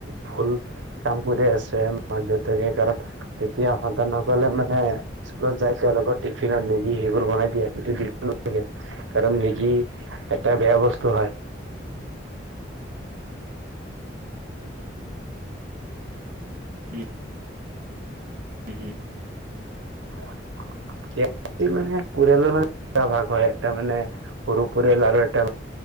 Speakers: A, on the right; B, on the right.
A: ভুল কাম কৰি আছে মেক দেউতাকে কাৰণ তেতিয়া সন্তানসকলে মানে স্কুলত যাই তেওঁলোকৰ টিফিনত মেগি সেইবোৰ বনাই দিয়ে গোটেই দিনটো কাৰণ মেগী এটা বেয়া বস্তু হয়।
B: উম।
A: উ
B: হম, হম।
A: অ ই মানে পৰিয়ালৰ মানে এটা ভাগ হয়, এটা মানে সৰু পৰিয়াল আৰু এটা